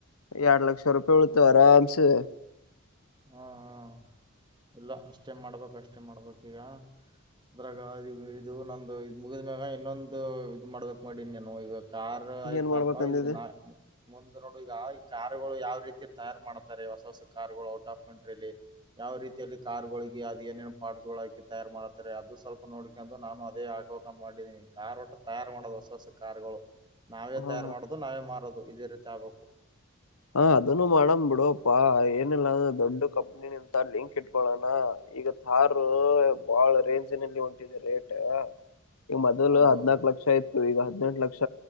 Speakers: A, on the left (about 85°); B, on the right (about 20°).
A: ಎರಡ್ ಲಕ್ಷ ರೂಪಾಯಿ ಉಳಿತವ ಆರಾಮ್ಸೆ.
B: ಹ್ಮ ಹ್ಮ ಎಲ್ಲ ಅಷ್ಟ ಅಷ್ಟೇ ಮಾಡ್ಬೇಕು ಅಷ್ಟೇ ಮಾಡ್ಬೇಕು ಈಗ ಅದ್ರಾಗ ಈಗ ಇದು ನಂದು ಇದು ಮುಗಿದ ಮ್ಯಾಗ ಇನ್ನೊಂದು ಇದು ಮಾಡ್ಬೇಕ್ ಮಾಡೀನಿ ನಾನು ಈವಾಗ ಕಾರೂ ಐತ್ರ್ಪಾಯಿ
A: ಏನ್ ಮಾಡ್ಬೇಕಂದಿದೆ
B: ಇದಿಗ್ ನಾ ಮುಂದ್ ನೋಡು ಈಗ ಈ ಕಾರಗಳು ಯಾವ ರೀತಿ ತಯಾರ್ ಮಾಡ್ತಾರೆ ಹೊಸ ಹೊಸ ಕಾರಾರ್ಗಳು ಔಟ್ ಅಫ್ ಕಂಟ್ರಿಲ್ಲಿ ಯಾವ ರೀತಿಯಲ್ಲಿ ಕಾರ್ಗಳಿಗೆ ಅದು ಏನೇನ್ ಪಾರ್ಟ್ಸ್ ಹಾಕಿ ತಯಾರ್ ಮಾಡ್ತಾರೆ ಅದು ಸ್ವಲ್ಪ ನೋಡ್ಕೊಂಡು ನಾನು ಅದೇ ಹಾಕೋಂತ ಮಾಡಿದೀನಿ ಕಾರ್ ಒಟ್ಟು ತಯಾರ್ ಮಾಡೋದು ಹೊಸ ಹೊಸ ಕಾರ್ಗಳು ನಾವೇ
A: ಹಾ
B: ತಯಾರ್ ಮಾಡೋದು ನಾವೇ ಮಾರೋದು ಇದೇ ರೀತಿ ಆಗ್ಬೇಕು.
A: ಹಾ ಅದನ್ನು ಮಾಡಮ್ ಬಿಡುಪ್ಪಾ ಏನಿಲ್ಲಂದ್ರ ದೊಡ್ಡ ಕಂಪ್ನಿಂತ ಲಿಂಕ್ ಇಟ್ಕೊಳೋಣ ಈಗ ತಾರ್ ಬಾಳ್ ರೇಂಜ್ ನಲ್ಲಿ ಹೊಂಟಿದೆ ರೇಟ್. ಈ ಮೊದಲು
B: ಹೌದೌದು
A: ಹದ್ನಾಕಕ್ ಲಕ್ಷ ಆ ಇತ್ತು ಈಗ ಹದ್ನಂಟ್ ಲಕ್ಷ